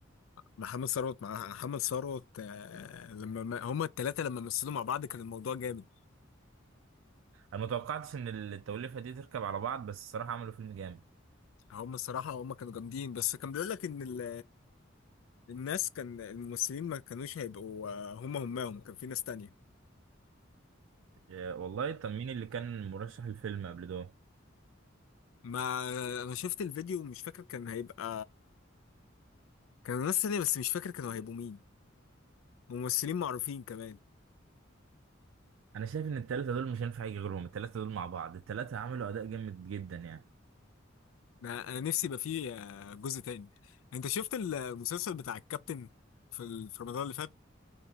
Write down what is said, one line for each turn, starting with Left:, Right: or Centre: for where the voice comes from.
Left: محمد ثروت مع محمد ثروت آه، لما ما- هما الثلاثة لما مثلوا مع بعض كان الموضوع جامد
Right: انا ما توقعتش ان التوليفه دي تركب على بعض بس الصراحه عملوا فيلم جامد
Left: هما الصراحة هما كانوا جامدين بس كان بيقول لك إن ال... الناس كان الممثلين ما كانوش هيبقوا آه، هما هماهم كان في ناس تانية
Right: يا والله طب مين اللي كان مرشح الفيلم قبل ده
Left: ما أنا شفت الفيديو مش فاكر كان هيبقى كانوا ناس تانية بس مش فاكر كانوا هيبقوا مين ممثلين معروفين كمان
Right: انا شايف ان التلاتة دول مش هينفع يجي غيرهم التلاتة دول مع بعض التلاتة عملوا اداء جامد جدا يعني
Left: ده انا نفسي يبقى فيه آه، جزء تاني انت شفت المسلسل بتاع الكابتن في ال- في رمضان اللي فات